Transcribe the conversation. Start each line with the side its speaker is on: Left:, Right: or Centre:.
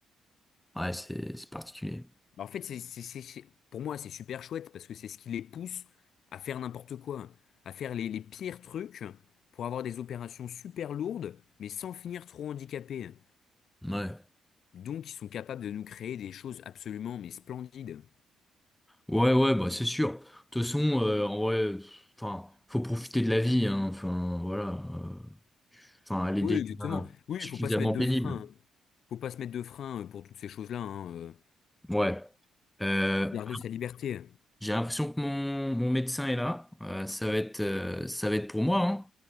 Centre: ouais c'est c'est particulier.
Left: Bah, en fait, c'est, c'est- c'est- c'est- pour moi, c'est super chouette parce que c'est ce qui les pousse à faire n'importe quoi, à faire les, les pires trucs pour avoir des opérations super lourdes, mais sans finir trop handicapés.
Centre: Ouais
Left: Donc, ils sont capables de nous créer des choses absolument, mais splendides.
Centre: ouais ouais bah c'est sûr. De toute façon euh, en vrai euh, enfin faut profiter de la vie. hein. Enfin voilà. euh, Enfin elle est
Left: Oui,
Centre: déjà
Left: exactement. Oui,
Centre: suffisamment
Left: il faut pas se mettre de
Centre: pénible.
Left: frein. hein. Faut pas se mettre de frein euh, pour toutes ces choses-là. hein, euh.
Centre: Ouais. Euh,
Left: Garder sa liberté.
Centre: J'ai l'impression que mon, mon médecin est là. Euh, ça va être, euh, ça va être pour moi, hein.